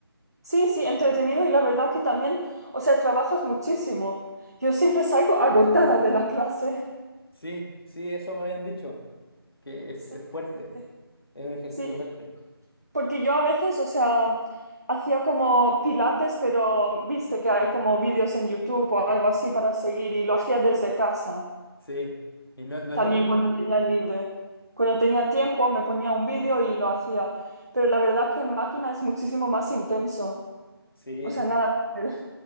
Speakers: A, on the right; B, on the left.
A: Sí, sí, entretenido y la verdad que también, o sea, trabajas muchísimo. Yo siempre salgo agotada de la clase.
B: Sí, sí, eso me habían dicho, que es,
A: Sí,
B: es fuerte,
A: sí, sí.
B: es un ejercicio
A: Sí,
B: fuerte.
A: porque yo a veces, o sea, hacía como pilates, pero viste que hay como vídeos en YouTube o algo así para seguir y lo hacía desde casa,
B: Sí. ¿Y no, no
A: también
B: es lo mismo?
A: cuando tenía libre. Cuando tenía tiempo me ponía un vídeo y lo hacía, pero la verdad que en máquina es muchísimo más intenso.
B: Sí.
A: O sea, nada que ver.